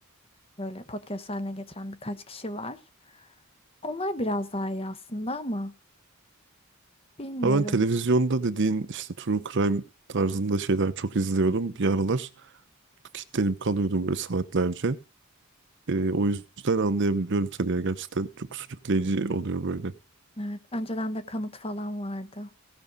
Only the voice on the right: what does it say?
Ha, ben televizyonda dediğin işte True Crime tarzında şeyler çok izliyordum. Bir aralar kilitlenip kalıyordum böyle saatlerce. Ee, o yüzden anlayabiliyorum seni ya. Gerçekten çok sürükleyici oluyor böyle.